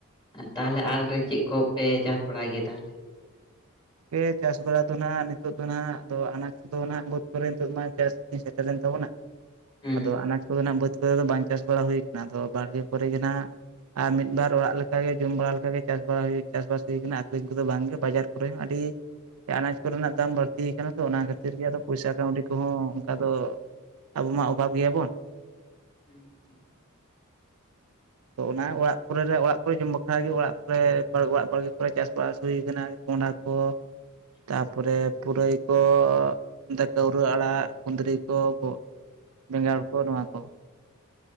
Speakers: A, on the left; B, on the right.
A: ᱛᱟᱦᱞᱮ ᱟᱨ ᱪᱮᱫ ᱠᱚᱯᱮ ᱪᱟᱥ ᱵᱟᱲᱟᱭ ᱜᱮᱭᱟ ᱛᱟᱦᱞᱮ?
B: ᱠᱮ ᱪᱟᱥ ᱵᱟᱲᱟ ᱫᱚ ᱱᱦᱟᱸᱜ ᱱᱤᱛᱚᱜ ᱫᱚ ᱱᱦᱟᱸᱜ ᱟᱱᱟᱡ ᱠᱚ ᱫᱚ ᱱᱦᱟᱸᱜ ᱵᱟᱹᱫᱽ ᱠᱚᱨᱮ ᱱᱤᱛᱚᱜ ᱢᱟ ᱪᱟᱥ ᱥᱮᱴᱮᱨ ᱞᱮᱱ ᱛᱟᱵᱚᱱᱟ᱾
A: ᱦᱩᱸ
B: ᱟᱫᱚ ᱟᱱᱟᱡᱽ ᱠᱚᱫᱚ ᱱᱟᱦᱜ ᱵᱟᱹᱫᱽ ᱠᱚ ᱨᱮ ᱫᱚ ᱵᱟᱝ ᱪᱟᱥ ᱵᱟᱲᱟ ᱦᱩᱭᱩ ᱠᱟᱱᱟ ᱟᱫᱚ ᱵᱟᱲᱜᱮ ᱠᱚᱨᱮ ᱜᱮ ᱱᱦᱟᱸᱜ ᱟᱨ ᱢᱤᱫ ᱵᱟᱨ ᱚᱲᱟᱜ ᱞᱮᱠᱟᱜᱮ ᱡᱚᱢ ᱵᱟᱲᱟ ᱞᱮᱠᱟᱜᱮ ᱪᱟᱥ ᱵᱟᱲᱟ ᱦᱩᱭ ᱪᱟᱥ ᱵᱟᱥ ᱦᱩᱭ ᱠᱟᱱᱟ ᱟᱠᱷᱨᱤᱧ ᱠᱚᱫᱚ ᱵᱟᱝ ᱜᱮ ᱵᱟᱡᱟᱨ ᱠᱚᱨᱮ ᱦᱚᱸ ᱟᱹᱰᱤ ᱟᱱᱟᱡᱽ ᱠᱚ ᱨᱮᱱᱟᱜ ᱫᱟᱢ ᱵᱟᱹᱲᱛᱤ ᱠᱟᱱᱟ ᱛᱚ ᱚᱱᱟ ᱠᱷᱟᱹᱛᱤᱨ ᱜᱮ ᱟᱫᱚ ᱯᱚᱭᱥᱟ ᱠᱟᱹᱣᱰᱤ ᱠᱚᱦᱚᱸ ᱚᱱᱠᱟ ᱫᱚ ᱟᱵᱚ ᱢᱟ ᱚᱵᱷᱟᱵᱽ ᱜᱮᱭᱟ ᱵᱚᱱ᱾
A: ᱦᱩᱸ ᱦᱩᱸ
B: ᱟᱫᱚ ᱚᱱᱟ ᱚᱲᱟᱜ ᱠᱚᱨᱮ ᱨᱮ ᱚᱲᱟᱜ ᱠᱚᱨᱮ ᱡᱚᱢ ᱵᱟᱠᱷᱨᱟ ᱜᱮ ᱚᱲᱟᱜ ᱠᱚᱨᱮ ᱚᱲᱟᱜ ᱵᱟᱲᱜᱮ ᱠᱚᱨᱮ ᱪᱟᱥ ᱵᱟᱥ ᱦᱩᱭ ᱟᱠᱟᱱᱟ᱾ ᱠᱚᱱᱰᱷᱟ ᱠᱚ, ᱛᱟ ᱯᱚᱨᱮ ᱯᱩᱨᱟᱹᱭ ᱠᱚ ᱛᱮ ᱠᱟᱹᱶᱨᱟᱹ ᱟᱲᱟᱜ ᱠᱩᱸᱫᱽᱨᱤ ᱠᱚ ᱜᱚ ᱵᱮᱸᱜᱟᱲ ᱠᱚ ᱱᱚᱣᱟ ᱠᱚ᱾